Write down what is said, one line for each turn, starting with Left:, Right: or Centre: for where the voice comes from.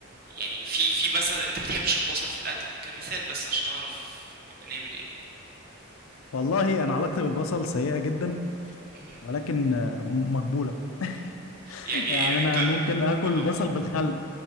Right: يعني في في مثلا انت بتحبش البصل في الاكل كمثال بس عشان اعرف نبقى نعمل ايه
Left: والله انا علاقتي بالبصل سيئة جدا
Right: مهم.
Left: ولكن آه، مقبولة <laughs>
Right: يعني
Left: يعني
Right: يعني
Left: انا
Right: انت
Left: ممكن اكل
Right: اها
Left: بصل بالخل